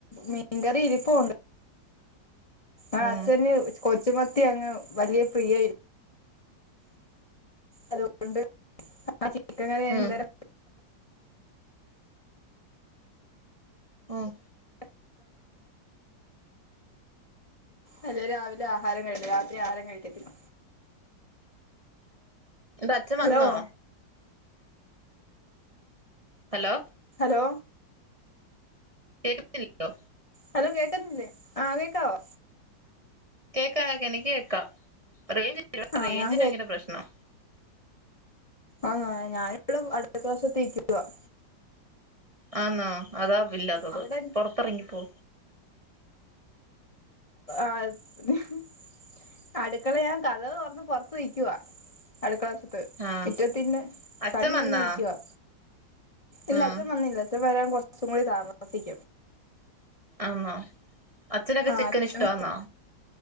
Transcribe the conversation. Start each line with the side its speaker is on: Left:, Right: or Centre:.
Left: മീൻകറി ഇരിപ്പോണ്ട് അ
Right: ഉം
Left: അച്ഛന് കൊച്ചുമത്തി അങ്ങ് വലിയ പ്രിയ ഇ അതുകൊണ്ട് ആ ചീക്കൻ കറി
Right: ഉം
Left: ഇന്നല
Right: ഓഹ്
Left: <unintelligible> <unintelligible> അല്ലേല് രാവിലെ ആഹാരം കഴിക്കു രാത്രി ആഹാരം കഴിക്കത്തില്ല
Right: <inaudible> ട്ട് അച്ചൻ വന്നോ
Left: ഹലോ
Right: ഹലോ
Left: ഹലോ
Right: കേൾക്കുന്നില്ലിയോ
Left: ഹലോ കേക്കന്നില്ലേ ആ കേക്കാവോ
Right: കേക്കാം കേക്ക എനിക്ക് കേക്കാം റേഞ്ച് <unintelligible>
Left: ആ
Right: റേഞ്ചിന്
Left: ഞാൻ
Right: ഭയങ്കര പ്രശ്നം
Left: അന്നോ ഞാൻ ഇപ്പളും അടുക്കള വശത്തു നിക്കാ <unintelligible>
Right: ആന്നാ അതാ ഇല്ലാത്തത്
Left: അവിടെ
Right: പുൊറത്തിറങ്ങിപ്പോ
Left: ആഹ് <unintelligible> അടുക്കള ഞാൻ കഥവ് കുറന്ന് പുറത്ത്ു നിയ്ക്കവാ അടുക്കള <unintelligible>
Right: ആഹ്
Left: വിറ്റത്തിന്റെ
Right: അച്ഛൻ
Left: പൽ മെ
Right: വന്നാ
Left: ഇങ്ങനെ നക്കവാ ഇല്ല
Right: ഉം
Left: അച്ഛൻ വന്നില്ല അച്ചൻ വരാൻ കുറച് കൂടി താമസിക്കും
Right: ആന്നോ അച്ഛനക്ക
Left: ആ
Right: ചിക്കൻ
Left: അച്ഛൻ
Right: ഇഷ്ടന്നോ